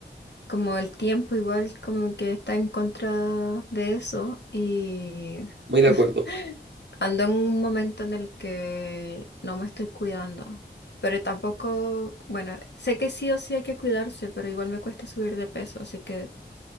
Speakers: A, on the left; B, on the right.
A: como el tiempo igual como que está en contra de eso y
B: Muy de
A: <laughs>
B: acuerdo.
A: ando en un momento en el que no me estoy cuidando, pero tampoco, bueno, sé que sí o sí hay que cuidarse, pero igual me cuesta subir de peso, así que